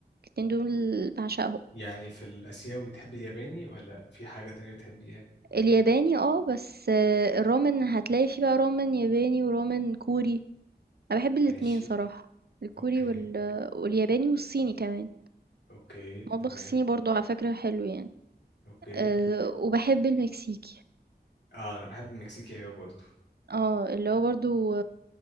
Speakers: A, on the right; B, on the left.
A: الاتنين دول بعشقهم
B: يعني في الآسيوي بتحب الياباني ولا في حاجة تانية بتحبيها
A: الياباني آه، بس آه، الرامن هتلاقي فيه بقى رامن ياباني ورامن كوري، أنا باحب الاتنين
B: ماشي
A: صراحة، الكوري
B: أوكي
A: وال والياباني والصيني كمان،
B: أوكي
A: المطبخ
B: تمام
A: الصيني برضه على فكرة حلو يعني،
B: أوكي
A: آآ وباحب المكسيكي،
B: آه أنا بحب المكسيكي أوي برضه
A: آه، اللي هو برضه